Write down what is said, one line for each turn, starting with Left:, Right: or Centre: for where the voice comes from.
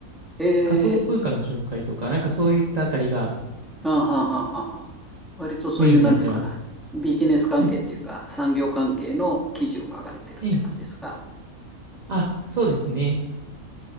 Centre: ええ、
Right: 仮想通貨の紹介とか、なんかそういったあたりが
Centre: あはははは。割とそういう、
Right: メインになってます。
Centre: なんていうかな、ビジネス関係っていうか、
Right: はい、
Centre: 産業関係の記事を書かれてるって感じですか
Right: ええ。あ、そうですね。